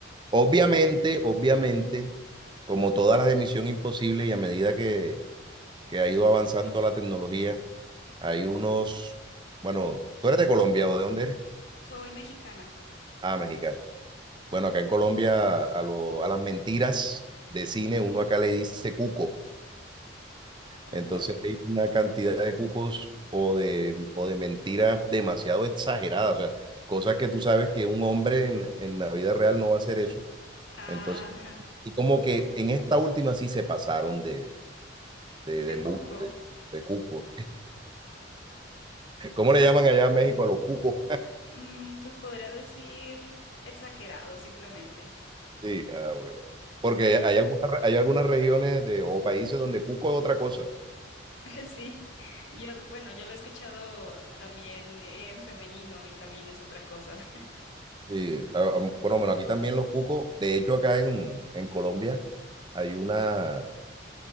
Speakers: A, on the right; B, on the left.
A: obviamente, obviamente, como todas las de Misión Imposible y a medida que, que ha ido avanzando la tecnología Hay unos, bueno, ¿tú eres de Colombia o de dónde eres?
B: Soy mexicana.
A: Ah, mexicano. Bueno, acá en Colombia a, lo- a las mentiras de cine uno acá le dice cuco.
B: ¿Cuco?
A: Entonces hay una cantidad de cucos o de, o de mentiras demasiado exageradas, o sea, cosas que tú sabes que un hombre en, en la vida real no va a hacer eso.
B: Ah,
A: Entonces, y como que en esta última sí se pasaron de, de,
B: de
A: de embuste,
B: Cuco.
A: de cuco. ¿Cómo le llaman allá en México a los cucos?
B: Mm, pues podría decir exagerado, simplemente.
A: Sí, ah, bueno. Porque
B: Sí.
A: hay algunas, hay algunas regiones de, o países donde cuco es otra cosa.
B: <laughs> Sí, yo, bueno, yo lo he escuchado también en femenino y también es otra cosa. <laughs>
A: Sí, ah, ah, bueno, bueno, aquí también los cucos. De hecho, acá en, en Colombia hay una,